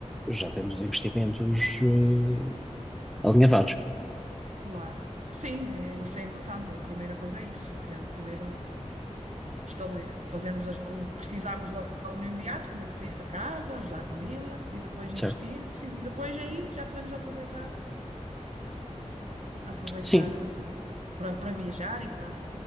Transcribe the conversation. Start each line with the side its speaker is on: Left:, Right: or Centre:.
Centre: já tendo os investimentos, eh, alinhavados,
Right: Claro. Sim, é, isso é importante. é A primeira coisa é isso. Pe- Primeiro estabele- fazermos as- o que precisamos logo no imediato, como eu te disse, a casa, ajudar a família e depois investir.
Centre: certo?
Right: Sim, e depois aí já podemos aproveitar, aproveitar
Centre: Sim.
Right: eh, para para viajar e para